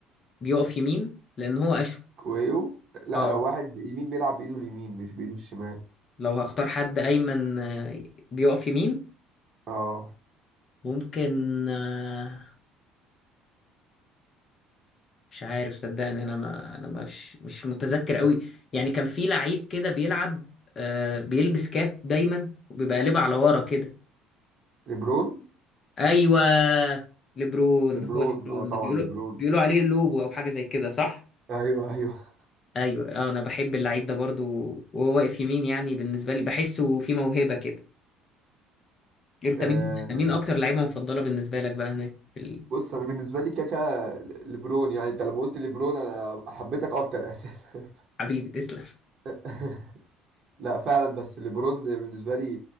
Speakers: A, on the left; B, on the right.
A: بيقف يمين لان هو اشول
B: كويو لا
A: اه
B: لو واحد يمين بيلعب بايده اليمين مش بايده الشمال
A: لو هختار حد ايمن آه، بيقف يمين
B: اه
A: ممكن آه، مش عارف صدقني انا ما انا مش مش متذكر قوي يعني كان في لعيب كده بيلعب آه، بيلبس كاب دايما وبيبقى قلبه على ورا كده
B: ليبرون
A: ايوه ليبرون
B: ليبرون
A: هو ليبرون
B: اه طبعا
A: ده بيقولوا
B: ليبرون
A: بيقولوا عليه لوبو او حاجه زي كده صح
B: ايوه ايوه
A: ايوه آه، انا بحب اللعيب ده برضو وهو واقف يمين يعني بالنسبه لي بحسه في موهبه كده انت
B: آه
A: مين مين اكتر لعيبه مفضله بالنسبه لك بقى هناك في
B: بص انا بالنسبه لي كاكا ليبرون يعني انت لما قلت ليبرون انا حبيتك اكتر اساسا
A: الحبيب تسلم
B: <laughs> لا فعلا بس ليبرون بالنسبه لي